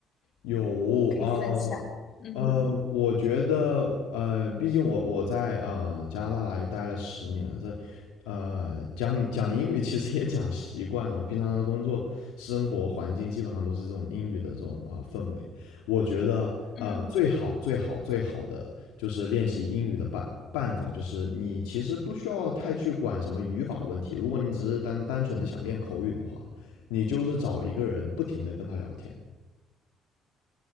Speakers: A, on the left (about 75°); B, on the left (about 50°).
A: 有啊，
B: 可以分享？
A: 呃，
B: 嗯
A: 呃我觉得，呃，毕竟我我在呃加拿大来待了十年了，这呃讲讲英语其实也讲习惯了，平常的工作生活环境基本上都是这种英语的这种啊、氛围。我觉得，
B: 嗯
A: 呃，最好最好最好的就是练习英语的办办法，就是你其实不需要太去管什么语法问题，如果你只是单单纯的想练口语的话，你就是找一个人不停的跟他聊天。